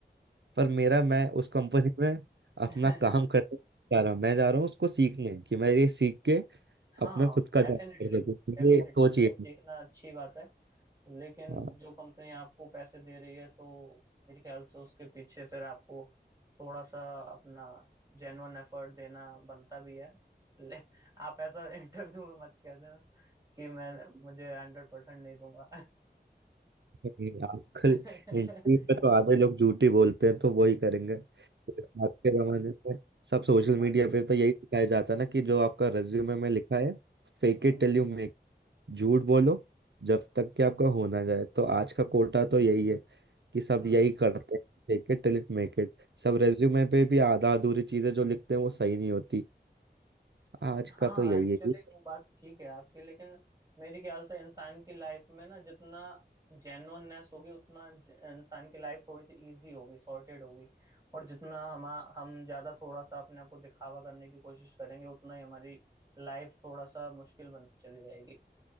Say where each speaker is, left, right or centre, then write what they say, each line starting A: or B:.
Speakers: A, on the right (about 80°); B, on the right (about 20°).
A: पर मेरा मैं उस कंपनी में अपना
B: <laughs>
A: काम करने नहीं जा रहा मैं जा रहा हूँ उसको सीखने कि मैं ये सीख के
B: हाँ
A: अपना खुद का
B: डेफिनेटली
A: जॉब कर सकूँ
B: डेफिनेटली
A: ये सोचिए
B: तो सीखना अच्छी बात है लेकिन
A: हाँ।
B: जो कंपनी आपको पैसे दे रही है तो मेरे ख्याल से उसके पीछे फिर आपको थोड़ा सा अपना जेन्युइन एफर्ट देना बनता भी है ले, आप ऐसा <laughs> इंटरव्यू में मत कह देना कि मैं मुझे हंड्रेड परसेंट नहीं दूंगा
A: नहीं, आजकल
B: <laughs>
A: इंटरव्यू पे तो आधे लोग झूठी बोलते हैं तो वही करेंगे तो इस बात के जमाने में सब सोशल
B: हाँ,
A: मीडिया पे तो यही दिखाया जाता है ना कि जो आपका रिज्यूमे में लिखा है fake
B: हम्म
A: it till you make झूठ बोलो जब तक कि आपका हो ना जाए तो आज का कोटा तो यही है कि सब
B: हम्म
A: यही करते हैं Fake it till it make it सब रेज्यूमे पे भी आधा अधूरी चीजें जो लिखते हैं वो सही नहीं होती आज
B: हाँ
A: का तो यही
B: एक्चुअली
A: है ये
B: वो बात ठीक है आपकी लेकिन मेरे ख्याल से इंसान की लाइफ में ना जितना जेन्युइननेस होगी उतना ज- इंसान की लाइफ थोड़ी सी इजी होगी सॉर्टेड होगी और जितना हम हम ज्यादा थोड़ा सा अपने आप को दिखावा करने की कोशिश करेंगे उतना ही हमारी लाइफ थोड़ा सा मुश्किल बनती चली जाएगी